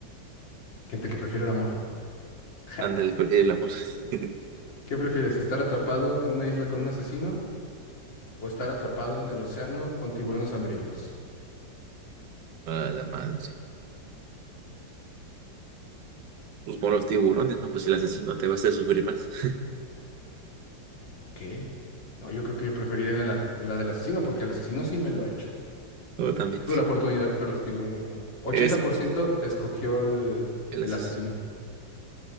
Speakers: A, on the left; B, on the right.
A: Gente que prefiere el amor. <laughs>
B: Ándale, prefiere el amor. <laughs>
A: ¿Qué prefieres, estar atrapado en una isla con un asesino o estar atrapado en el océano con tiburones hambrientos?
B: A la madre. sí. Pues con los tiburones, ¿no? Pues el asesino te va a hacer sufrir más. <laughs>
A: Ok. No, yo creo que yo preferiría en la, en la del asesino porque el asesino sí me lo ha hecho.
B: Yo también.
A: Tengo la oportunidad, pero los tiburones no. 80%
B: Es
A: escogió el,
B: el
A: el
B: asesino.
A: asesino.